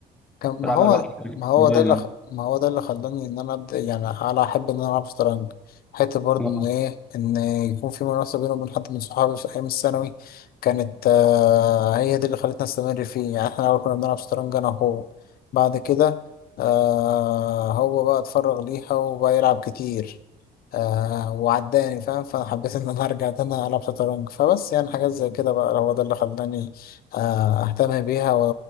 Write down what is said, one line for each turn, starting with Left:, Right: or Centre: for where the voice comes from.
Left: كان
Centre: تلعبها
Left: ما هو
Centre: لوحدك
Left: ما هو
Centre: اونلاين
Left: ده اللي خ...
Centre: أو-
Left: ما هو ده اللي خلاني ان انا ابدا يعني على احب ان انا العب شطرنج حته برضه
Centre: آه.
Left: ان ايه ان يكون في منافسه بيني وبين حد من صحابي في ايام الثانوي كانت آه هي دي اللي خلتنا نستمر فيه يعني احنا الاول كنا بنلعب شطرنج انا وهو بعد كده آه هو بقى اتفرغ ليها وبقى يلعب كتير آه وعداني فاهم فانا حبيت ان انا ارجع تاني العب شطرنج فبس يعني حاجات زي كده بقى هو ده اللي خلاني آه اهتم بيها